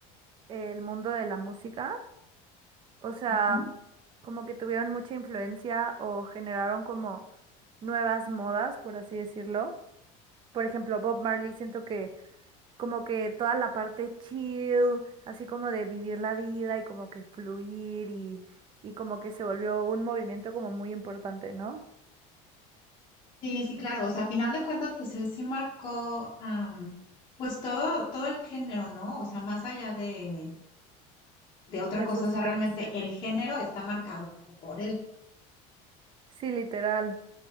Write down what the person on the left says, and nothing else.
Ujú.
Sí, sí, claro. O sea, a final de cuentas, pues él sí marcó, am, pues todo, todo el género, ¿no? O sea, más allá de, de otra
cosa,
o sea,
realmente el género está marcado por él.